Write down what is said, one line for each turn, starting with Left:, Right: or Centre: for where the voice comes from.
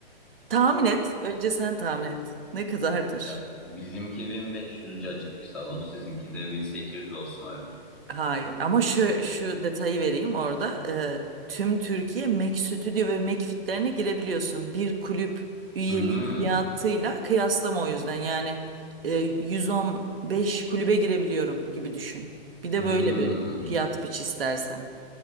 Right: Tahmin et. Önce sen tahmin et. Ne kadardır?
Centre: Ya bizimki 1500 cacık bir salon, sizinki de 1800 olsun abi.
Right: Hayır. Ama şu, şu detayı vereyim orada. Ee, tüm Türkiye Mac Studio ve Mac Fit'lerine girebiliyorsun. Bir kulüp üyeliği
Centre: Hmm.
Right: fiyatıyla kıyaslama o yüzden. Yani e, 115 kulübe girebiliyorum gibi düşün. Bir de
Centre: Hmm.
Right: böyle bir fiyat biç istersen.